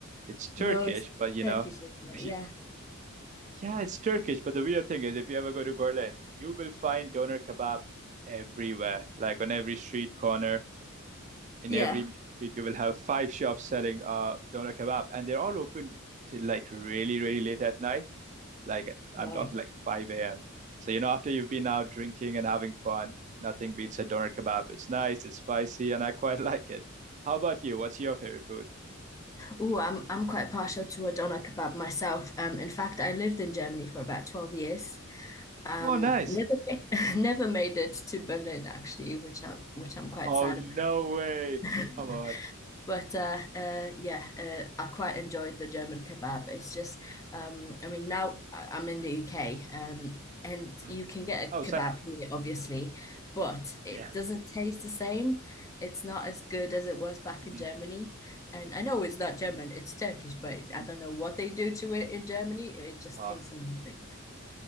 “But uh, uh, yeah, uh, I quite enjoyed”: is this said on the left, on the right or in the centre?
Left